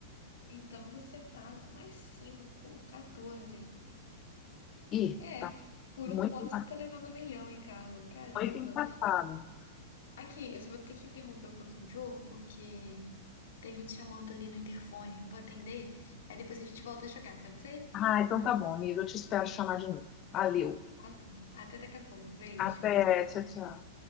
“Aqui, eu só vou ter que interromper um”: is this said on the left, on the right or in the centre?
Left